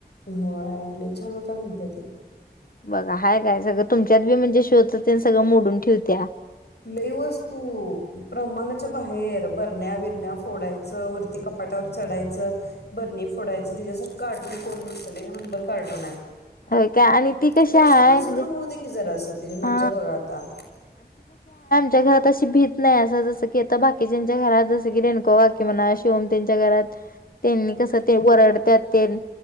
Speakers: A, on the left; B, on the left.
A: होय लयं छान होता गणपती.
B: बघा हाय काय सगळं तुमच्यात बी म्हणजे शो चं तेण सगळं मोडून ठेवतीया.
A: लय वस्तू प्रमाणाच्या बाहेर भरण्या बिरण्या फोडायचं वरती कप पाटावर चढायचं बरणी फोडायचं तिच्यासारखं कारटून कोण नसल एक नंबर कारटून हाय.
B: होय का आणि ती कशी
A: जरा
B: आहे
A: स्कूल
B: म्हणजे
A: सुरू होवू दे की जरास तिजी
B: हा
A: मज्जा बघा आता
B: त्या घरात अशी भी त नाही असं जसं की आता बाकीच्या घरात जसं की रेणको काकी म्हणा शिवम त्यांच्या घरात त्यांनी
A: हम्म
B: कस ते वरडत्यात तेण